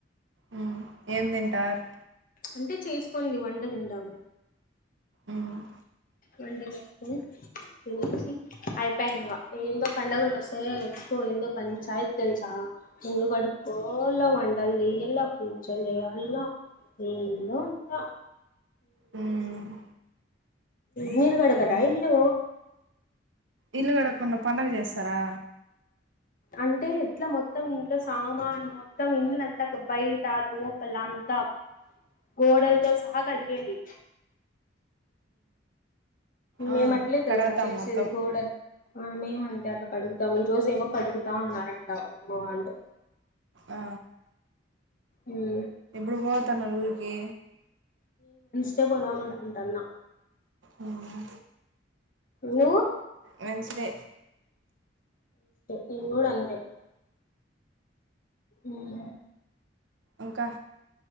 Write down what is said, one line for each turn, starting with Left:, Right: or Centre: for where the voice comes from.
Right: మ్మ్ ఏం తింటారు
Left: అంటే చేసు కొన్ని వంట తింటాము
Right: మ్మ్
Left: వంట చేసుకొని తిన్నేసి అయిపాయింగా ఎందొ పండగళోస్తే ఎక్కువ ఏందో పంచాయితెల్సా రూంలు కడ్డుకో ఒళ్ళ వంటలు చెయ్యాలా పూచల్ చెయ్యాలా ఏందో అంత
Right: మ్
Left: మీర్గడుగరా ఇల్లు
Right: ఇల్లు కడగకుండా పడుగ చేస్తారా
Left: అంటే ఎట్లా మొత్తం ఇంట్లో సామాను మొత్తం ఇంలంతా బయట లోపల అంతా గోడల్తో సహా కడిగెది
Right: ఆ
Left: మేము అట్లే తెలుసా
Right: కడగతాం
Left: ఆ చేసేది
Right: మొత్తం
Left: గోడ మేము అంటే అలా కడుగు తం రోజు ఏమో కడుగుతా ఉన్నారంట మా అమ్మ వాళ్ళు
Right: ఆ
Left: మ్మ్
Right: ఎప్పుడు పోతనరు ఊరికి
Left: రేప్ పోదాం అనుకుంటాన్న
Right: అవునా
Left: నువ్
Right: వెడ్నెస్డే
Left: నేన్ గుడ అంతే మ్
Right: ఇంకా